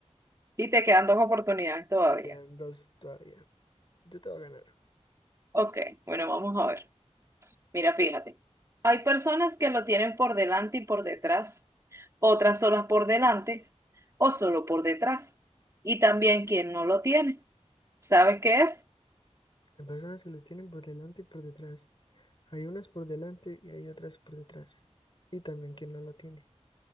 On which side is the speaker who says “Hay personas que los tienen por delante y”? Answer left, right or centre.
Left